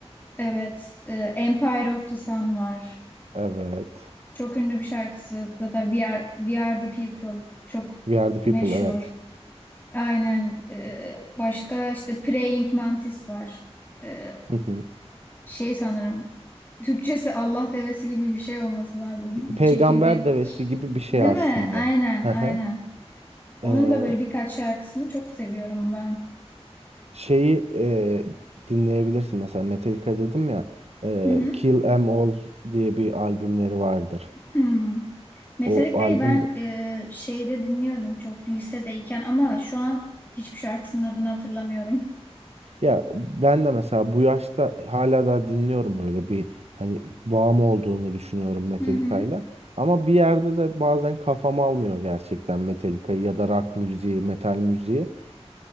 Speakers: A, on the left; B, on the right.
A: Evet, e, Empire of the Sun var.
B: Evet.
A: Çok ünlü bir şarkısı da da We Are, We Are the People çok
B: We Are The People
A: meşhur.
B: evet.
A: Aynen. e, başka işte Praying Mantis var. E,
B: Hı hı.
A: şey sanırım Türkçesi Allah devesi gibi bir şey olması lazım. Bir
B: Peygamber
A: çekirge
B: Devesi gibi bir şey
A: değil
B: aslında.
A: mi? Aynen,
B: Hı
A: aynen.
B: hı.
A: Onun
B: Ee,
A: da böyle birkaç şarkısını çok seviyorum ben.
B: şeyi e, dinleyebilirsin mesela Metallica dedim ya e,
A: Hı hı.
B: Kill 'Em All diye bir albümleri vardır.
A: Hmm. Metallica'yı
B: O albüm
A: ben e, şeyde dinliyordum çok lisedeyken ama şu an hiçbir şarkısının adını hatırlamıyorum.
B: Ya ben de mesela bu yaşta hala daha dinliyorum böyle bir hani bağım olduğunu düşünüyorum Metallica'yla.
A: Hı hı.
B: Ama bir yerde de bazen kafam almıyor gerçekten Metallica'yı ya da rock müziği, metal müziği.